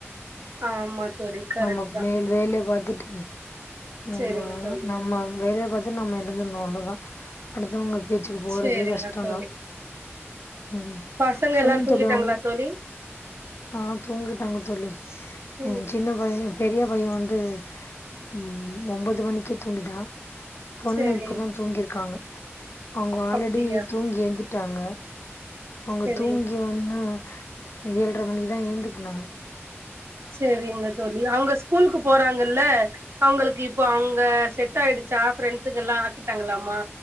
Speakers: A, on the right (about 65°); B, on the left (about 60°).
A: ஆமா தோழி கரெக்ட்
B: நமக்
A: தா
B: மேல் வேலய பாத்துட்டு நம்ம
A: சேரிங்க தோழி
B: நம்ம வேலைய பத் து நம்ம இருந்துர்ணு அவ்ளதா அடுத்தவங்க பேச்சுக்கு போறதே
A: சேரிங்க
B: கஷ்டந்தா
A: தோழி
B: உம்
A: பசங்க
B: சொல்லுங்க
A: எல்லா தூங்கிட்டாங்களா
B: தோழி உங்
A: தோழி
B: ஆ தூங்கிட்டாங்க தோழி
A: ம்
B: என் சின்ன பைய பெரிய பைய வந்து உம் ஒம்பது மணிக்கே தூங்கிட்டா பொண்ணு
A: சேரி
B: இப்பதா தூங்கிருக்காங்க அவங்க ஆல்ரெடி
A: அப்டியா
B: தூங்கி எந்துட்டாங்க அவங்க
A: சேரி
B: தூங்கி வன்னு ஏழ்ரை மணிக் தா ஏந்துக்குனாங்க
A: சேரிங்க தோழி அவங்க ஸ்கூலுக்கு போறாங்கல்ல அவங்களுக்கு இப்போ அவங்க செட் ஆயிடுச்சா ஃப்ரெண்ட்ஸ்சுங்கெல்லா ஆக்கிட்டாங்களலாமா